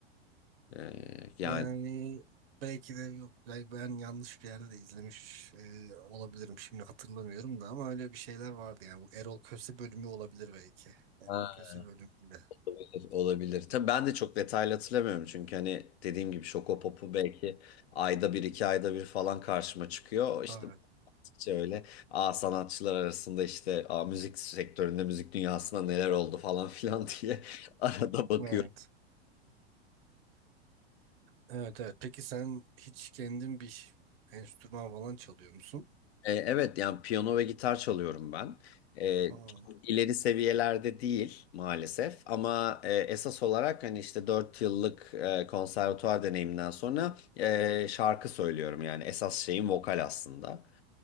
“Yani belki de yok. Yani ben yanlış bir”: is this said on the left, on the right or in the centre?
Right